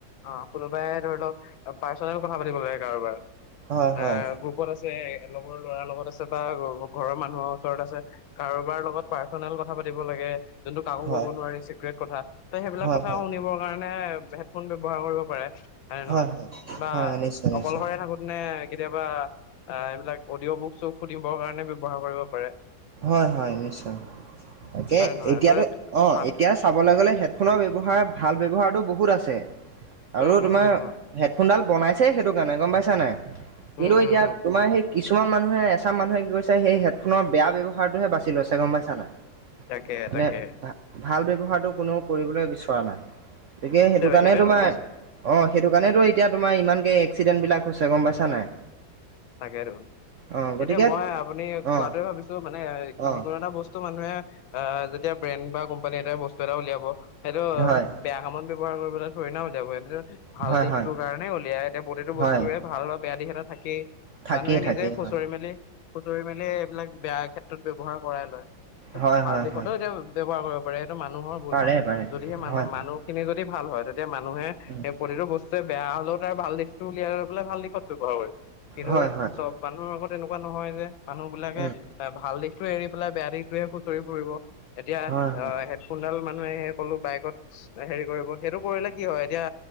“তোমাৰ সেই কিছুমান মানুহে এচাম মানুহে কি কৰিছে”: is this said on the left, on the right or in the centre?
Right